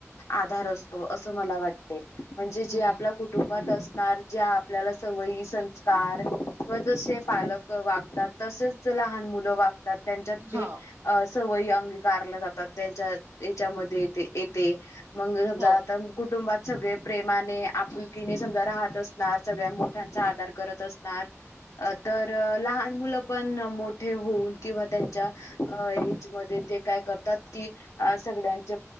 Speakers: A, on the left; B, on the right.
A: आधार असतो असं मला वाटते म्हणजे जे
B: हम्म
A: आपल्या कु... असणार ज्या आपल्याला सवयी संस्कार किंवा जसे पालक... वागतात तसेच लहान मुलं वागतात त्यांच्यात ते
B: हो
A: सवयी अंगीकारला जातात.... त्यांच्या याच्यामध्ये येते मग समजा
B: हो
A: आता कुटुंबात सगळे... प्रेमाने आपुलकीने समजा राहत असणार सगळ्यां मोठ्यांचा आदार करत असणार... तर लहान मुलं... पण मोठे होऊन किंवा त्यांच्या एज मध्ये ते काय करतात. कि.... अ सगळ्यांचे